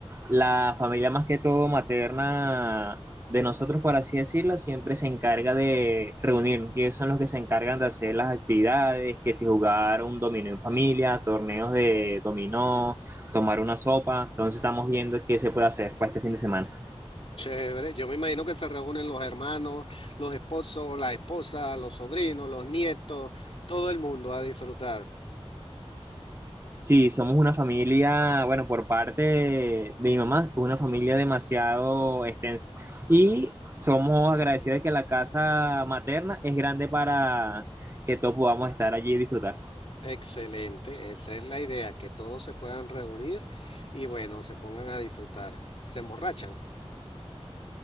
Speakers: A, on the right (about 25°); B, on the left (about 65°).
A: la familia más que todo materna de nosotros, por así decirlo, siempre se encarga de reunirnos y ellos son los que se encargan de hacer las actividades, que si jugar un dominó en familia, torneos de dominó, tomar una sopa, entonces estamos viendo qué se puede hacer para este fin de semana.
B: Chévere, yo me imagino que se reúnen los hermanos, los esposos, las esposas, los sobrinos, los nietos, todo el mundo a disfrutar.
A: Sí, somos una familia, bueno, por parte de, de mi mamá, es una familia demasiado extensa. Y somos agradecidos de que la casa materna es grande para que todos podamos estar allí y disfrutar.
B: Excelente, esa es la idea, que todos se puedan reunir y bueno, se pongan a disfrutar. Se emborrachan.